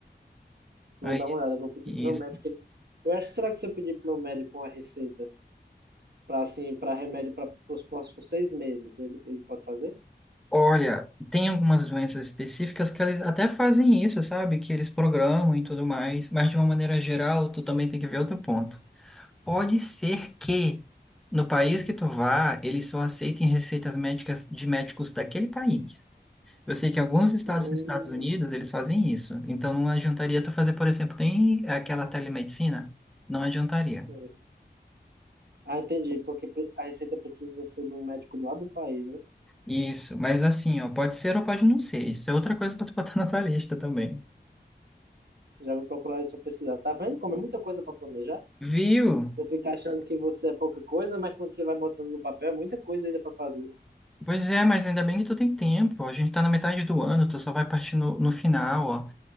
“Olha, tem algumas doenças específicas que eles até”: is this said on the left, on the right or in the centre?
Centre